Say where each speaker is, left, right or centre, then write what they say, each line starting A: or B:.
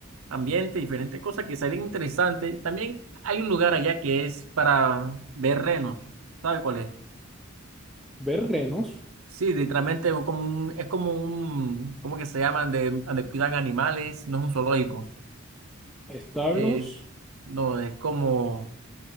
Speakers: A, on the right; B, in the centre.
A: ambientes, diferentes cosas que serían interesantes. También hay un lugar allá que es para ver renos. ¿Sabe cuál es?
B: Ver renos,
A: Sí, literalmente es como un, es como un, ¿cómo que se llaman? De, donde cuidan animales, no es un zoológico.
B: establos,
A: Es, no, es como,